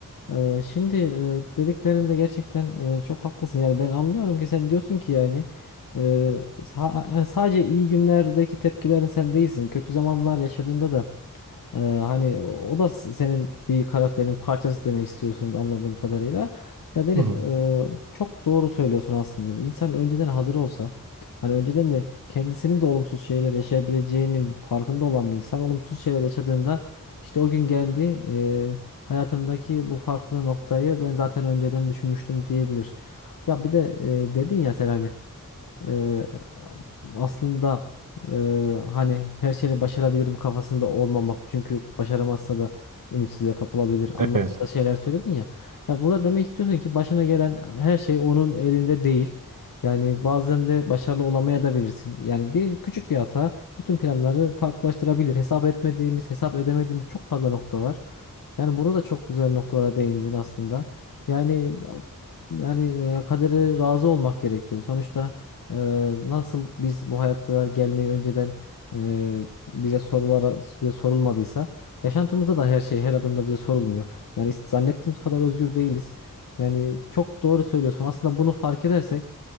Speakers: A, on the left; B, on the right.
A: Ee, şimdi e, dediklerinde gerçekten e, çok haklısın. Yani ben anlıyorum ki sen diyorsun ki yani e, sa- yani sadece iyi günlerdeki tepkilerin sen değilsin. Kötü zamanlar yaşadığında da ee, hani o da s- senin bir karakterinin parçası demek istiyorsun anladığım kadarıyla. Ya Deniz
B: Hı hı.
A: e, çok doğru söylüyorsun aslında. Bir İnsan önceden hazır olsa hani önceden de kendisinin de olumsuz şeyler yaşayabileceğinin farkında olan bir insan olumsuz şeyler yaşadığında işte o gün geldi e, hayatımdaki bu farklı noktayı ben zaten önceden düşünmüştüm diyebilir. Ya bir de e, dedin ya sen hani Eee, aslında eee, hani her şeyi başarabilirim kafasında olmamak. Çünkü başaramazsa da ümitsizliğe kapılabilir anlamında
B: Evet.
A: şeyler söyledin ya. Ya burada demek istiyorsun ki başına gelen her şey onun elinde değil. Yani bazen de başarılı olamaya da bilirsin. Yani bir küçük bir hata bütün planları farklılaştırabilir. Hesap etmediğimiz, hesap edemediğimiz çok fazla nokta var. Yani burada da çok güzel noktalara değindin aslında. Yani yani e, kadere razı olmak gerekiyor. Sonuçta ee, nasıl biz bu hayatta gelmeyi önceden e, bize sorulara bize sorulmadıysa yaşantımızda da her şey her adımda bize sorulmuyor. Yani is- zannettiğimiz kadar özgür değiliz. Yani çok doğru söylüyorsun. Aslında bunu fark edersek